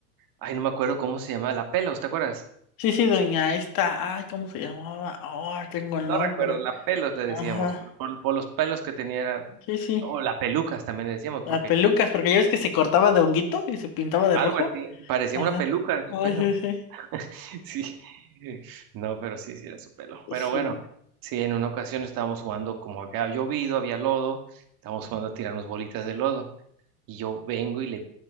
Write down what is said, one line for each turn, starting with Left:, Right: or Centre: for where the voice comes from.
Right: ay, no me acuerdo cómo se llamaba, la Pelos, ¿te acuerdas?
Left: Sí, sí, doña esta, ay, ¿cómo se llamaba? Oh, tengo el
Right: No
Left: nombre.
Right: recuerdo, la pelos le
Left: Ajá,
Right: decíamos, por, por- por los pelos que tenía, era-
Left: sí, sí.
Right: o la pelucas también le decíamos,
Left: La
Right: porque
Left: pelucas, porque ya ves que se cortaba de honguito y se pintaba de
Right: algo
Left: rojo.
Right: así, parecía
Left: Ajá.
Right: una peluca de su
Left: Ay,
Right: pelo.
Left: sí, sí.
Right: <laughs> Sí, no, pero sí, sí era su pelo.
Left: Pues
Right: Pero
Left: sí.
Right: bueno, sí, en una ocasión estábamos jugando, como había llovido, había lodo, estábamos jugando a tirarnos bolitas de lodo. Y yo vengo y le,